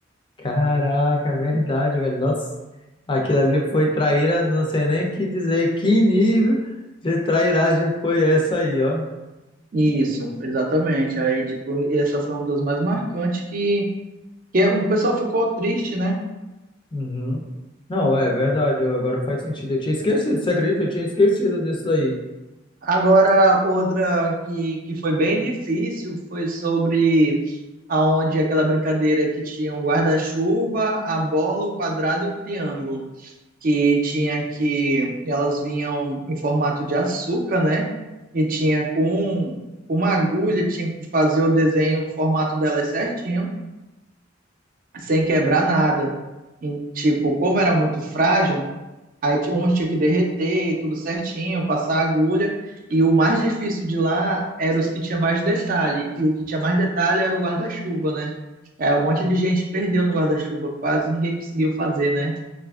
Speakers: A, on the left; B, on the right.
A: Caraca, é verdade, velho. Nossa, aquilo ali foi traíra, não sei nem o que dizer. Que nível de trairagem foi essa aí, ó?
B: Isso, exatamente. Aí, tipo, essa foi uma das mais marcantes que, que é, o pessoal ficou triste, né?
A: Uhum. Não, é verdade. eu- Agora faz sentido. Eu tinha esquecido, você acredita? Eu tinha esquecido disso aí.
B: Agora, outra que, que foi bem difícil foi sobre aonde aquela brincadeira que tinha um guarda-chuva, a bola, o quadrado e o triângulo. que tinha que elas vinham em formato de açúcar, né? E tinha com com uma agulha, tinha que fazer o desenho, o formato delas certinho, sem quebrar nada. E, tipo, como era muito frágil, aí ti- uns tinha que derreter, tudo certinho, passar a agulha. E o mais difícil de lá era os que tinha mais detalhe. E o que tinha mais detalhe era o guarda-chuva, né? É, um monte de gente perdeu no guarda-chuva, quase ninguém conseguiu fazer, né?